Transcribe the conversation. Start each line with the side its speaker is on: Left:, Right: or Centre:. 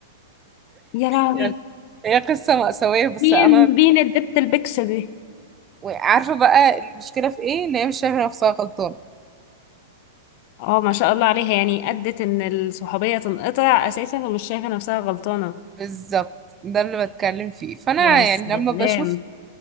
Left: يا لهوي
Right: يعني هي قصة مأساوية بس
Left: مين
Right: أنا
Left: مين الدبت البكس دي
Right: وعارفة بقى المشكلة في ايه ان هي مش شايفة نفسها غلطانة
Left: اه ما شاء الله عليها يعني ادت ان الصحوبية تنقطع اساسا ومش شايفة نفسها غلطانة
Right: بالظبط ده اللي بتكلم فيه فانا
Left: يا سلام
Right: يعني لما بشوف